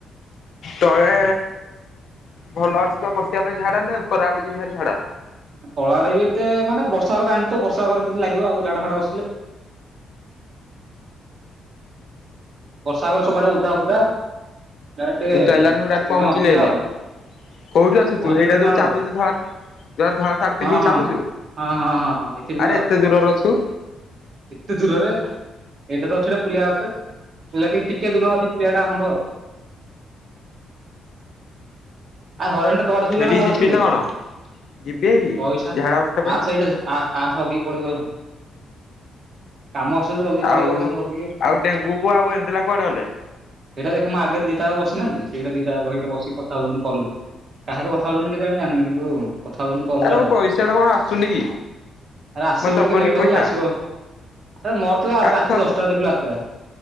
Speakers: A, on the left; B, on the right.
A: ତଳେ ଭଲ ଅଛି ତ ବସିବା ପାଇଁ ଝାଡା ନା ଉପର ଆଡେ ଯିବିହେରି ଝାଡା।
B: ତଳ ଆଡେ ବି ଏତେ ମାନେ ବର୍ଷାରେ ଜାଣିଥିବୁ ବର୍ଷା ହେବାରେ କେମିତି ଲାଗିବ ଆଉ ଝାଡା ଫାଡା ବସିଲେ? ବର୍ଷାରେ ଉପରେ ସବୁଆଡେ ଉଦା ଫୁଦା ସେଟା ଟିକେ
A: ମୁଁ କେଲାନ ହୁଡାରେ ପହଞ୍ଚିଲି
B: ଅସୁବିଧା
A: ଏଇନେ।
B: ଆଉ
A: କୋଉଠି ଅଛୁ
B: ପହଞ୍ଚିଲୁ
A: ସେଇଟା
B: କେନ୍ଦ୍ରାପଡ଼ାରେ
A: ଯୋଉ ଚାଲୁଛୁ ଧର ଯୋଉ ଧଳା ସାର୍ଟ ପିନ୍ଧିକି
B: ହଁ ହଁ।
A: ଚାଲୁଛୁ
B: ହଁ ହଁ ହଁ ହଁ ଦେଖିଥିଲୁ
A: ଆରେ
B: ଆଉ
A: ଏତେ ଦୂରରେ ଅଛୁ।
B: ଏତେ ଦୂରରେ ଏଇଟା ତ ଅଛିରେ ପୁଲିଆ ଗଛରେ ପିଲା ଟିକେ ଟିକେ ଦୂରରେ ଅଛି। ପୁଲିଆଟା ଆମର ଆଉ ହରେଣ୍ଡ ତୋ ଆଡେ ଶୋଇଲା
A: ହେଇଠିକି
B: କି ମୋ ଆଡେ
A: ଯିବି
B: ଶୋଇଲାକି
A: ନା କଣ ଯିବି ହେଇଠିକି
B: ତୋ ଇଚ୍ଛା
A: ଝାଡା ବସିବା ପାଇଁ
B: ଆସେ ଏଠେ ଆ ପାସ ହଗିକି ପଳେଇବୁ ଆଉ କାମ ଅଛି ତ ଜଲଦି ପଳେଇବୁ
A: ଆଉ
B: ଖାଲି ହଗିକି ଆଉ
A: ଆଉ ଡେଙ୍ଗୁ କୁଆକୁୁ ଏନ୍ଦାଲା କୁଆଡ଼େ ଗଲେ?
B: ସେଇଟା ଦେଖେ ଆଗରେ ଦିଟା ଯାକ ବସିନାହାନ୍ତି ସେଇଟା ଦିଟା ଯାକ ବସିକି କଥା ହଉଛନ୍ତି କଲରେ। କାହା ସହିତ କଥା ହଉଛନ୍ତି କେଜାଣି ଜାଣିନି କିନ୍ତୁ କଥା ହଉଛନ୍ତି କଲ୍
A: ଆରେ
B: ରେ ଆଉ
A: ମୋ ପଇସା ଟା କଣ ଆସୁନି କି?
B: ଆରେ ଆସିବ
A: ମତେ ଦବନି
B: ଟିକେ ଲେଟ୍
A: ପଇସା
B: ହେଉଛି ଆସିବ। ଆରେ ମୋର ତ
A: ଆରେ
B: ରାତି
A: ଛଅ
B: ଦଶଟାରେ ଦେଖିଲୁ ଆସିଲା।